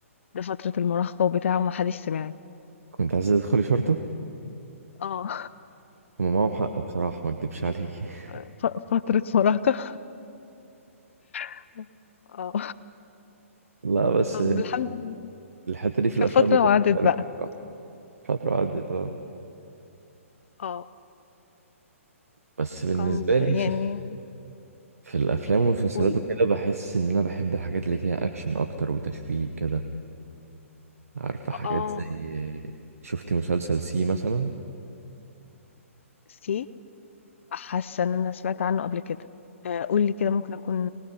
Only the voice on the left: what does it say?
ده فترة المراهقة وبتاع ومحدش سمعني
اه
<laughs> ف- فترة مراهقة <laughs> اه
طب الحمد
كانت
فترة
وعدت
بقى
اه
كنت يعني
قولي
اه
سي حاسة ان انا سمعت عنه قبل كده آه، قولي كده ممكن اكون